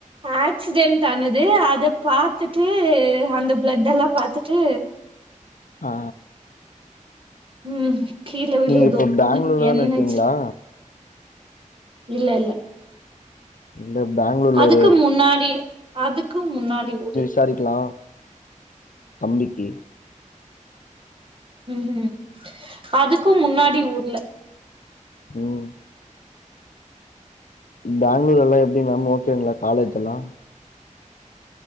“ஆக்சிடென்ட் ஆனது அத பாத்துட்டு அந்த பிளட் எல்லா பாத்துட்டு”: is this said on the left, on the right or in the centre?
Right